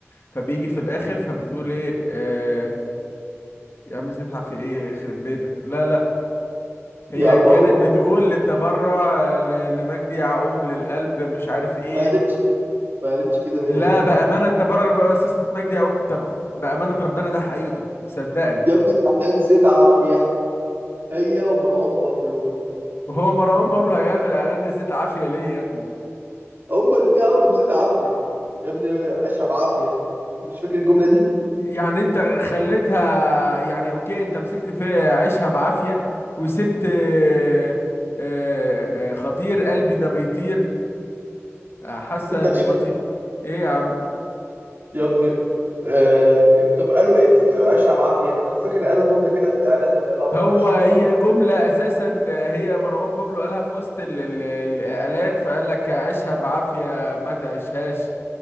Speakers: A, on the left; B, on the right.
A: فبيجي في الاخر فبتقول ايه آه، يا عم زيد عافيه ايه يخرب بيتك لا لا هي
B: يا عم
A: كانت
B: هو ما
A: بتقول للتبرع آه، ل- لمجدي يعقوب للقلب مش عارف ايه
B: قالتش ما قالتش كده نهائي
A: لا بامانه التبرع لمؤسسه مجدي يعقوب طب بامانه ربنا ده حقيقي صدقني
B: يا ابني ده اعلان زيت عافيه هي ومروان بابلو
A: وهو مروان بابلو هيعمل اعلان لزيت عافيه ليه يا ابني
B: هما الاتنين عملوا مزيت عافية يا ابني عيشها بعافية مش فاكر الجملة دي
A: يعني انت خليتها يعني اوكي انت مسكت في عيشها بعافية وسبت آه، آه، آه، خطير قلبي ده بيطير آه، حاسة
B: انت
A: اني
B: ش...
A: بطيء ايه يا عم
B: يا ابني آه... طب قالوا ايه في عيشها بعافية انا فاكر قالوا جملة كده في الاعلان لها علاقة
A: هو
B: بعيشها
A: هي
B: بع-
A: جملة اساسا آه، هي مروان بابلو قالها في وسط ال- ال- الاعلان فقال لك عيشها بعافية ما تعيشهاش